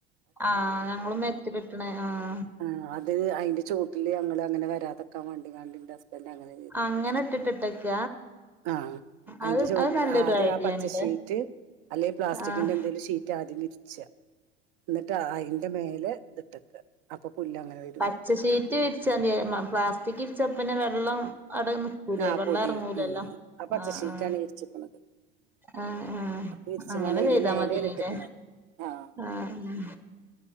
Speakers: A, in the centre; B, on the right.
A: ആഹ് ഞങ്ങളും മെറ്റല് ഇട്ട്ണ് ആഹ്
B: ആഹ് അത് അയ്ന്റെ ചോട്ടില് ഞങ്ങള് അങ്ങനെ വരാതക്കാൻ വേണ്ടി കാണ്ടിണ്ട മെല്ല ങ്ങനെ ചെയ്ത്
A: അങ്ങനെ ഇട്ടിട്ടിട്ടേക്ക
B: ആഹ് അയ്ന്റെ
A: അത്
B: ചോട്ട്
A: അത് നല്ലൊരു
B: ആദ്യം
A: ഐഡിയ
B: ആ പച്ചശീറ്റ്
A: ആണല്ലേ
B: അല്ലെ പ്ലാസ്റ്റിക്കിന്റെ
A: ആഹ്
B: എന്തെലും ഷീറ്റ് ആദ്യം വിരിച്ച് ച്ച എന്നിട്ട് അയിന്റെ മേലെ ഇതിട്ടേക്കുക അപ്പൊ പുല്ല് അങ്ങനെ വരൂല
A: പച്ചശീറ്റ് വിരിച്ച <unintelligible> പ്ലാസ്റ്റിക് ചെപ്പനെ വെള്ളം അട നിക്കൂലേ
B: ആ
A: വെള്ളം
B: പൊടിയും
A: എറങ്ങൂലല്ലോ
B: ഉം. ആ പച്ച
A: ആഹ്
B: ഷീറ്റാണ് വിരിച്ചിരിക്കുന്നത്
A: ആഹ് ആഹ് ആഹ്
B: വിരിച്ചുകാണ്ട്
A: അങ്ങനെ
B: അതിന്റെ
A: ചെയ്താ
B: മേലെയാണ്
A: മത്യേനിലെ
B: ഇട്ടക്കണ ആഹ്
A: ആഹ്